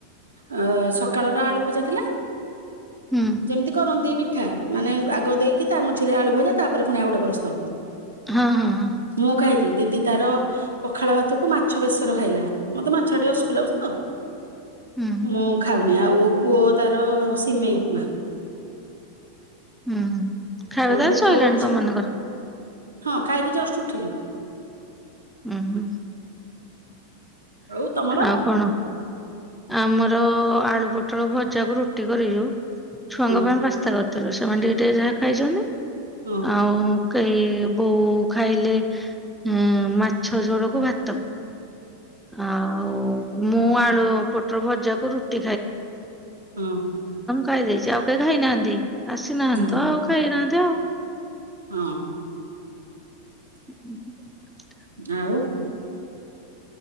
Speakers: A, on the right (about 75°); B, in the centre.
A: ଅ ସକାଳର ଆଳୁ ଭଜା ଥିଲା
B: ହୁଁ
A: ଯେମିତି କରନ୍ତି ପିଠା ମାନେ ଆଗ ଦେଇକି ତା ଥି ଆଳୁ ଭଜା ତାପରେ ଫୁଣି ଆଉ ଗୋଟେ ପରସ୍ତ।
B: ହଁ ହଁ ହଁ।
A: ମୁଁ ଖାଇଲି ଦିଦି ତାର ପଖାଳ ଭାତକୁ ମାଛ ବେସର ଖାଇଲା। ମତେ ମାଛ ଆ ଟିକେ ଅସକୁଲଉଛି ତ
B: ହୁଁ ହୁଁ
A: ମୁଁ ଖାଉନି ଆଉ। ପୁଅ ତାର ସିମେଇ ଉପମା।
B: ହୁଁ ହୁଁ। ଖାଇବା ତାରଲେ
A: ପିଠଉ
B: ସୋଇଲାାଣି
A: ଅଛି
B: ତମ ମାନଙ୍କର।
A: ହଁ ଖାଇକି ଜଷ୍ଟ ଉଠିଲୁ।
B: ଉଁ ହୁଁ
A: ଆଉ ତମର
B: ଆଉ କଣ ଆମର ଆଳୁ ପୋଟଳ ଭଜାକୁ ରୁଟି କରିଛୁ। ଛୁଆଙ୍କ
A: ହଁ
B: ପାଇଁ ପାସ୍ତା କରିଥି ତ ରସ ମାଣ୍ ଟିକ ଟିକେ ଯାହା ଖାଇଛନ୍ତି <unintelligible>
A: ହଁ
B: ଆଉ। ଏହି ବୋଉ ଖାଇଲେ ଉଁ ମାଛ ଝୋଳ କୁ ଭାତ। ହଁ। ଆଉ ମୁଁ। ମତେ ଭୋକ ହେଲା ତ
A: ହଁ
B: ଖାଇ ଦେଇଛି ଆଉ କେହି ଖାଇନାହାନ୍ତି। ଆସିନାହାନ୍ତି
A: ହଁ
B: ତ ଆଉ ଖାଇନାହାନ୍ତି। ଆଉ।
A: ହଁ।
B: ହ ହ।
A: ଆଉ।